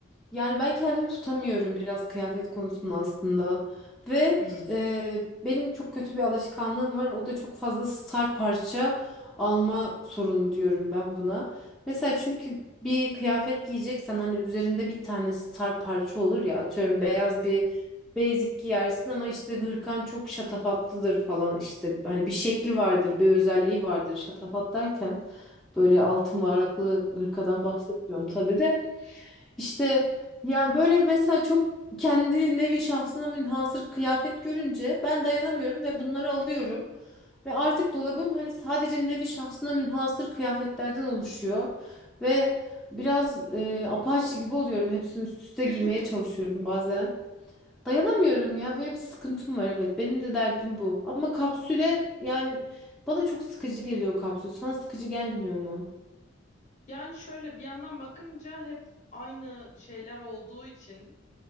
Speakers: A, in the centre; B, on the left.
A: yani ben kendimi tutamıyorum biraz kıyafet konusunda aslında. Ve
B: Hmm,
A: e, benim çok kötü bir alışkanlığım var. O da çok fazla sar parça alma sorunu diyorum ben buna. Mesela çünkü bir kıyafet giyeceksen hani üzerinde bir tane sar parça olur ya atıyorum
B: evet.
A: beyaz bir basic giyersin ama işte hırkan çok şatafatlıdır falan işte. Hani bir şekli vardır, bir özelliği vardır şatafat derken. Böyle altın varaklı hırkadan bahsetmiyorum tabii de. İşte ya böyle mesela çok kendi nevi şahsına münhasır kıyafet görünce ben dayanamıyorum ve bunları alıyorum. Ve artık dolabım hani sadece nevi şahsına münhasır kıyafetlerden oluşuyor. Ve biraz e, apaçi gibi oluyorum. Hepsini üst üste
B: <laughs>
A: giymeye çalışıyorum bazen. Dayanamıyorum ya böyle bir sıkıntım var evet. Benim de derdim bu. Ama kapsüle yani bana çok sıkıcı geliyor kapsül. Sana sıkıcı gelmiyor mu?
B: Yani şöyle bir yandan bakınca hep aynı şeyler olduğu için